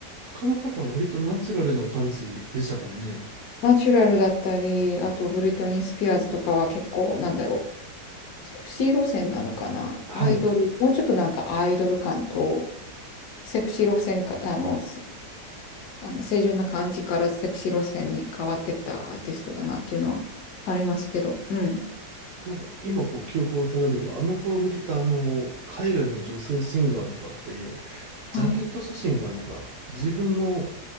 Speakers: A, on the right (about 65°); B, on the left (about 70°).
A: 他の方は割とナチュラルな感じでしたからね。
B: ナチュラルだったり、あとブリトニー・スピアーズとかは結構なんだろう。セクシー路線なのかな。
A: はい。
B: アイドル、もうちょっとなんかアイドル感と、セクシー路線か、あの、せあの清純な感じからセクシー路線に変わってったアーティストだなっていうのはありますけど、うん。
A: なんか今こう記憶をたどれば、あの頃見てたあの、海外の女性シンガーとかって、
B: はい。
A: ジャケット写真がなんか自分の